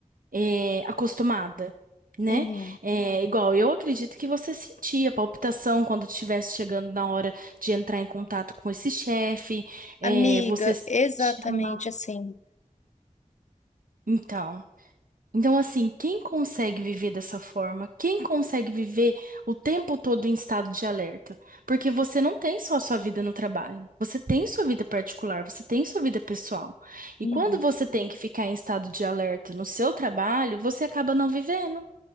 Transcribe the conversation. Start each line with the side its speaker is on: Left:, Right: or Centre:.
Right: é, acostumada, né?
Left: uhum.
Right: É, igual, eu acredito que você sentia palpitação quando estivesse chegando na hora de entrar em contato com esse chefe, é,
Left: Amiga,
Right: você
Left: exatamente
Right: chamar.
Left: assim.
Right: Então, então assim, quem consegue viver dessa forma? Quem consegue viver o tempo todo em estado de alerta? Porque você não tem só a sua vida no trabalho, você tem sua vida particular, você tem sua vida pessoal. E
Left: Uhum,
Right: quando você tem que ficar em estado de alerta no seu trabalho, você acaba não vivendo.